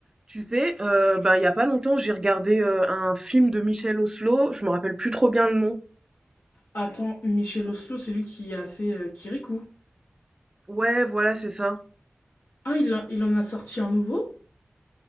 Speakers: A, on the right; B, on the left.
A: Tu sais, euh, ben, il y a pas longtemps, j'ai regardé euh, un film de Michel Oslo, je me rappelle plus trop bien le nom.
B: Attends, Michel Oslo, c'est lui qui a fait euh, Kirikou.
A: Ouais, voilà, c'est ça.
B: Ah, il, a- il en a sorti un nouveau?